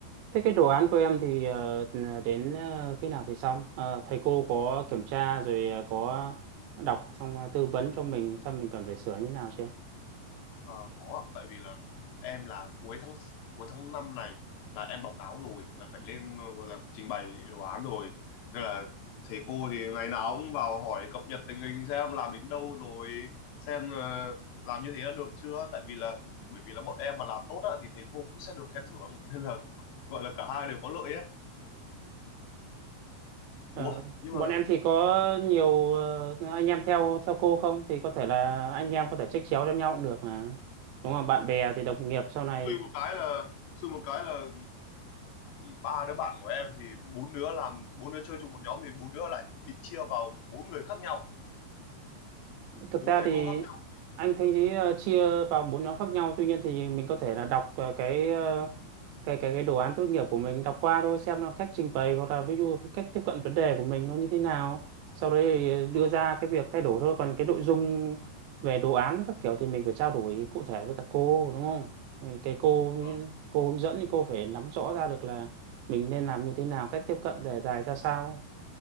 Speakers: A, on the right; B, on the left.
A: Thế cái đồ án của em thì ờ, đến ờ, khi nào thì xong? Ờ, thầy cô có kiểm tra rồi ờ, có đọc xong ờ, tư vấn cho mình xem mình cần phải sửa như nào chưa?
B: Ờ, có ạ. tại vì là em là cuối tháng cuối tháng 5 này là em báo cáo rồi là phải lên ờ, gọi là trình bày đồ án rồi nên là thầy cô thì ngày nào cũng vào hỏi cập nhật tình hình xem làm đến đâu rồi xem ờ, làm như thế đã được chưa tại vì là bởi vì là bọn em mà làm tốt á, thì thầy cô cũng sẽ được khen thưởng nên là gọi là cả hai đều có lợi ấy
A: Ờ,
B: Ủa nhưng
A: bọn
B: mà
A: em thì có nhiều ờ, anh em theo theo cô không thì có thể là anh em có thể trách chéo cho nhau cũng được mà đúng không bạn bè thì đồng nghiệp sau này
B: suy một cái là suy một cái là ba đứa bạn của em thì bốn đứa làm bốn đứa chơi chung một nhóm thì bốn đứa lại bị chia vào bốn người khác nhau
A: thực
B: bốn
A: ra
B: thầy
A: thì
B: cô khác nhau
A: anh thấy ý, ờ, chia vào bốn nhóm khác nhau tuy nhiên thì mình có thể là đọc ờ, cái ờ, cái cái cái đồ án tốt nghiệp của mình đọc qua thôi xem là cách trình bày hoặc là ví dụ cách tiếp cận vấn đề của mình nó như thế nào sau đấy thì ờ, đưa
B: vâng
A: ra cái việc thay đổi thôi còn cái nội dung về đồ án các kiểu thì mình phải trao đổi cụ thể với cả cô đúng không Thì cái cô
B: vâng.
A: cô hướng dẫn thì cô phải nắm rõ ra được là mình nên làm như thế nào cách tiếp cận đề tài ra sao